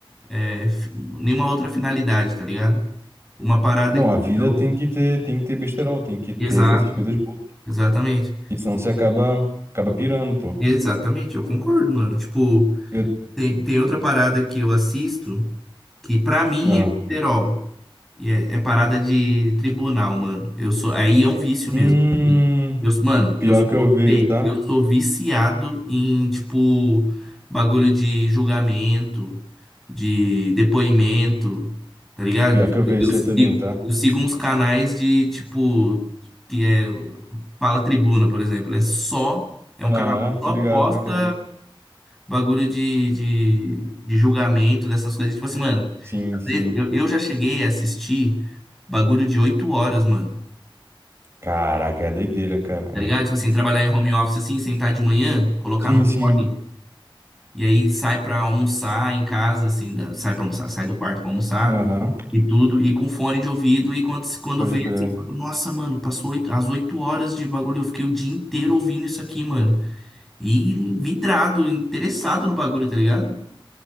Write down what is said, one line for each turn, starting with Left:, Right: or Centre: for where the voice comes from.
Centre: é, fi- nenhuma outra finalidade, tá ligado? Uma parada
Right: Não,
Centre: que
Right: a vida
Centre: eu.
Right: tem que ter, tem que ter besterol, tem que ter
Centre: Exato,
Right: com essas coisas boas.
Centre: exatamente.
Right: Porque senão você acaba, acaba pirando, pô.
Centre: Exatamente, eu concordo, mano. Tipo,
Right: Eu,
Centre: tem, tem outra parada que eu assisto. Que pra mim
Right: ah.
Centre: é besterol. E é, é parada de tribunal, mano. Eu sou, aí é um vício
Right: Hum,
Centre: mesmo. assim. Eu, mano,
Right: pior
Centre: eu sou,
Right: que eu vejo,
Centre: bem,
Right: tá?
Centre: eu sou viciado em, tipo, bagulho de julgamento, de depoimento, tá ligado?
Right: Pior que eu vejo
Centre: Eu
Right: isso
Centre: sigo,
Right: aí também, tá?
Centre: eu sigo uns canais de, tipo, que é Fala Tribuna, por exemplo. É só, é
Right: Aham,
Centre: um canal que
Right: tô
Centre: só
Right: ligado
Centre: posta
Right: qual que é.
Centre: bagulho de, de, de julgamento, dessas coisas. Tipo assim, mano.
Right: Sim, sim.
Centre: Eu, eu já cheguei a assistir bagulho de 8 horas, mano.
Right: Caraca, é doideira, cara.
Centre: Tá
Right: É.
Centre: ligado? Tipo assim, trabalhar em home office assim, sentar de manhã, colocar
Right: Sim,
Centre: no
Right: sim.
Centre: fone, e aí sai pra almoçar em casa, assim, da- sai pra almoçar, sai do quarto pra almoçar
Right: Aham,
Centre: e tudo, e com fone de ouvido, e quando, quando
Right: pode
Centre: vê
Right: crer.
Centre: assim, nossa, mano, passou oito- as 8 horas de bagulho, eu fiquei o dia inteiro ouvindo isso aqui, mano. E vidrado, interessado no bagulho, tá ligado?